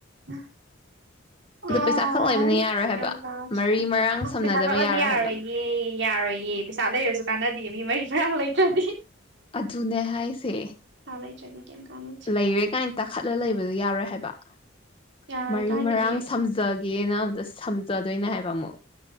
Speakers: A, on the right; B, on the left.
A: <unintelligible> ꯑꯣ
B: ꯑꯗꯨ ꯄꯩꯁꯥ ꯈꯛ ꯂꯩꯕꯅ ꯌꯥꯔꯣꯏ
A: ꯀꯌꯥꯝ
B: ꯍꯥꯏꯕ
A: ꯇꯥꯒꯦ
B: ꯃꯔꯤ ꯃꯔꯥꯡ ꯁꯝꯅꯗꯕ
A: ꯄꯩꯁꯥ ꯈꯛꯄꯗꯤ
B: ꯌꯥꯔꯣꯏ
A: ꯌꯥꯔꯣꯏꯌꯦ
B: ꯍꯥꯏꯕ
A: ꯌꯥꯔꯣꯏꯌꯦ ꯄꯩꯁꯥ ꯂꯩꯔꯁꯨ ꯃꯤ ꯃꯔꯤ <unintelligible> ꯃꯔꯥꯡ ꯂꯩ ꯇ꯭ꯔꯥꯗꯤ
B: ꯑꯗꯨꯅꯦ ꯍꯥꯏꯁꯦ
A: ꯂꯩꯇ꯭ꯔꯗꯤ ꯀꯩꯝ ꯀꯥꯟꯅꯗꯦ
B: ꯂꯩꯔꯦ ꯀꯥꯏꯟ ꯇꯥꯈꯠꯂ ꯂꯩꯕꯗꯣ ꯌꯥꯔꯣꯏ ꯍꯥꯏꯕ <unintelligible>
A: ꯌꯥꯔꯣꯏ
B: ꯃꯔꯤ
A: ꯀꯥꯏꯗꯒꯤ
B: ꯃꯔꯥꯡ ꯁꯝꯖꯒꯦꯅ ꯑꯝꯇ ꯁꯝꯖꯗꯣꯏꯅꯦ ꯍꯥꯏꯕ ꯑꯃꯨꯛ